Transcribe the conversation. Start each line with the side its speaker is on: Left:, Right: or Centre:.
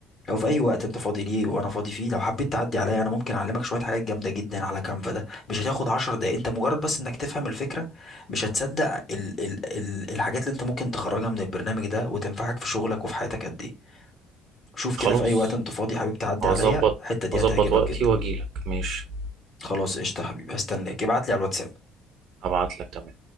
Left: لو في اي وقت انت فاضي ليه وانا فاضي فيه لو حبيت تعدي عليا انا ممكن اعلمك شويه حاجات جامده جدا على كانفا ده مش هتاخد عشر دقايق انت مجرد بس انك تفهم الفكره مش هتصدق ال ال ال الحاجات اللي انت ممكن تخرجها من البرنامج ده وتنفعك في شغلك وفي حياتك قد ايه شوف كده
Right: خلاص
Left: في اي وقت انت فاضي حبيب تعدي
Right: هظبط
Left: عليا الحته دي
Right: هظبط
Left: هتعجبك
Right: وقتي
Left: جدا
Right: واجيلك ماشي
Left: خلاص قشطه يا حبيبي هستناك ابعت لي على الواتساب
Right: هبعت لك تمام